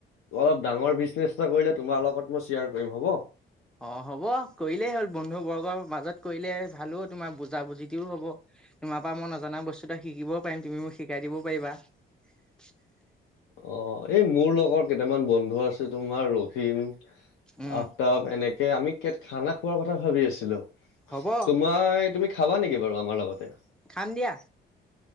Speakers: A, on the left; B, in the centre.
A: অলপ ডাঙৰ বিজনেছ কৰিলে তোমাৰ লগত মই শ্বেয়াৰ কৰিম হ'ব
B: অ হ'ব কৰিলেই হ'ল বন্ধু বৰ্গৰ মাজত কৰিলে ভালো তোমাৰ বুজা বুজিতোও হব তোমাৰ পৰা মই নজনা বস্তু এটা শিকিবও পাৰিম তুমি মোক শিকাই দিবও পাৰিবা <unintelligible>
A: অ এই মোৰ লগৰ কেইটামান বন্ধু আছে তোমাৰ ৰহিম
B: উম
A: আফতাব এনেকে আমি কে খানা খোৱাৰ কথা ভাবি আছিলো
B: হ'ব
A: তোমাৰ তুমি খাবা নেকি বাৰু আমাৰ লগতে
B: খাম দিয়া